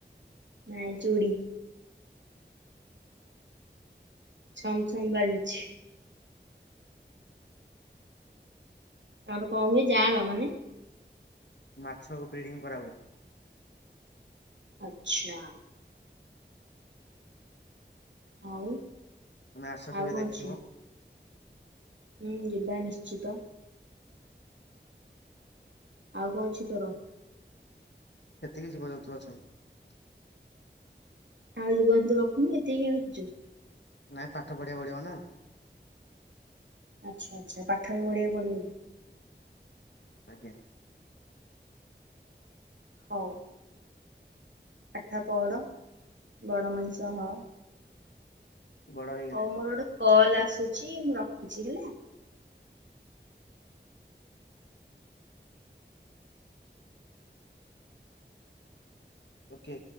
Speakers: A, on the right; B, on the left.
A: ନାଁ ଚୁଡ଼ି ଛମଛମ ବାଜୁଛି। ତାଙ୍କର କଣ ହୁଏ ଯାଆଁଳ ମାନେ।
B: ମାଛ ବ୍ରିଡିଂ କରାହୁଏ।
A: ଆଛା। ଆଉ।
B: ତମେ ଆସ
A: ଆଉ
B: କେବେ
A: କଣ
B: ଦେଖିବ।
A: ଅଛି? ହୁଁ ଯିବା ନିଶ୍ଚିତ। ଆଉ କଣ ଅଛି ତୋର।
B: ସେତିକି ଜୀବ ଯୁନ୍ତୁ ଅଛନ୍ତି।
A: ଆଉ ଜୀବ ଯନ୍ତୁ ରଖୁନୁ ଏତିକି କାଇଁ ରକ୍ଷୀଛୁ।
B: ନାଇଁ ପାଠ ପଢିବାକୁ ପଢିବ ନା।
A: ଆଛା ଆଛା ପାଠ ବି ପଢ଼ିଆକୁ ପଡିବ କି।
B: ଆଜ୍ଞା।
A: ହଉ। ପାଠ ପଡ଼ ବଡ଼ ମଣିଷ ହ।
B: ବଡ଼ ହୋଇଗଲଣି।
A: ହଉ ମୋର ଗୋଟେ କଲ୍ ଆସୁଛି ମୁଁ ରଖିଛି ହେଲା।
B: ଓକେ।